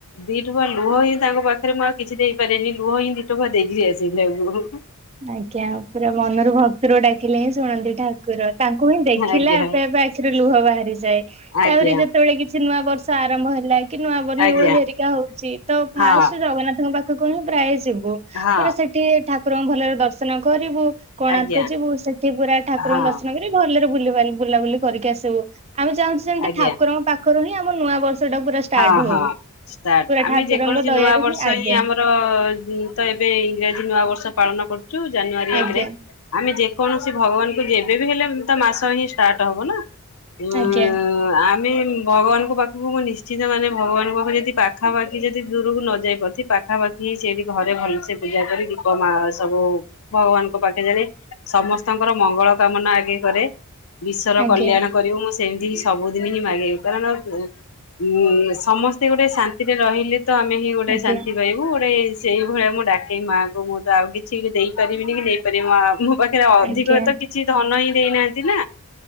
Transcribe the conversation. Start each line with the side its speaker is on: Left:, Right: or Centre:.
Left: ଦି ଲୁହ ହିଁ ତାଙ୍କ ପାଖରେ ମୁଁଉ କିଛି ଦେଇପାରେନି ଲୁହ ହିଁ ଦିଟୁଆ ଦେଇକି ଆସିଲି ତାଙ୍କୁ।
Right: ଆଜ୍ଞା ପୁରା ମନରୁ ଭକ୍ତୁର ଡାକିଲେ ହିଁ ଶୁଣନ୍ତି ଠାକୁର ତାଙ୍କୁ ହିଁ ଦେଖିଲା
Left: ଆଜ୍ଞା
Right: ଏପ ଏବେ ଆଖିରୁ ଲୁହ ବାହାରିଯାଏ।
Left: ଆଜ୍ଞା
Right: ତାପରି ଯେତେବେଳେ କିଛି ନୂଆ ବର୍ଷ ଆରମ୍ଭ ହେ ଲାଇ କି ନୂଆ
Left: ଆଜ୍ଞା
Right: ହେରିକା ହଉଛି ତ ଫାଷ୍ଟ
Left: ହଁ
Right: ଜଗନ୍ନାଥଙ୍କ ପାଖ ହୁ ପ୍ରାୟ
Left: ହଁ
Right: ପୁରା ସେଠି ଠା ର ଦର୍ଶନ କରିବୁ କୋଣାର୍କ
Left: ଆଜ୍ଞା
Right: ଯିବୁ ସେଠି ପୁରା ଠାକୁରଙ୍କୁ
Left: ହଁ
Right: ଦର୍ଶନ କରିବି ଭଲରେ ବୁଲ ବୁଲାବୁଲି କରିକି ଆସିବୁ। ଆମେ ଚାହୁଛୁ ସେମିତି
Left: ଆଜ୍ଞା
Right: ଠାକୁରଙ୍କ ପାଖ ହିଁ ଆମ ନୂଆ ବର୍ଷ ଟା ପୁରା ଷ୍ଟାର୍ଟ
Left: ହଁ
Right: ହଉ।
Left: ହଁ ଷ୍ଟାର୍ଟ
Right: ପୁରା
Left: ଆମେ
Right: ଠାକୁରଙ୍କ
Left: ଯେକୌଣସି
Right: ଦୟାରୁ
Left: ନୂଆ ବର୍ଷ
Right: ଆଜ୍ଞା
Left: ହିଁ ଆମର ତ ଏବେ ଇଂରାଜୀ ନୂଆ ବର୍ଷ ପାଳନ କରୁ ଯୋଉ ଜାନୁଆରୀ ଏକ
Right: ଆଜ୍ଞା
Left: ରେ ଆମେ କୌଣସି ଭଗବାନଙ୍କୁ ଯେବେବି ହେଲେ ତା ମାସ ହିଁ ଷ୍ଟାର୍ଟ ହବ ନା? ହୁଁ
Right: ଆଜ୍ଞା
Left: ଆମେ ଭଗବାନଙ୍କ ପାଖକୁ ମୁଁ ନିଶ୍ ଚିତମାନେ ଭଗବାନଙ୍କ ପାଖକୁ ଯଦି ପାଖାପାଖି ଯଦି ଦୂରକୁ ନ ଯାଇ ପାରୁଥିଵ୍ ପାଖାପାଖି ହିଁ ସେଇଠି ଘରେ ଭଲସେ ପୂଜା କରି ଦୀପ ମା ସବୁ ଭଗବାନଙ୍କ ପାଖେ ଜାଳେ ସମସ୍ତଙ୍କର ମଙ୍ଗଳ କାମନା ଆଗେଇ କରେ। ବିଶ୍ୱର
Right: ଆଜ୍ଞା
Left: କଲ୍ୟାଣ କରିବୁ। ମୋ ସେମିତି ହି ସବୁଦିନ ହିଁ ମାଗିବି। କାରଣ ପୂ ଉଁ ସମସ୍ତେ ଗୋଟେ ଶାନ୍ତିରେ ରହିଲେ ତ ଆମେ ହିଁ ଗୋଟେ
Right: ଆଜ୍ଞା
Left: ଶାନ୍ତି ପାଇବୁ ଗୋଟେ ସେଇଭଳିଆ ମୁଁ ଡାକେଇ ମାଆ କୁ ମୁଁ ତ ଆଉ କିଛି ବି ଦେଇପାରିବିନି କି ନେଇପାରିବିନି। ମା ମୋ ପାଖରେ ଅଧିକ
Right: ଆଜ୍ଞା ଆଜ୍ଞା
Left: ତ କିଛି ଧନ ହିଁ ଦେଇ ନାହାଁନ୍ତି ନା?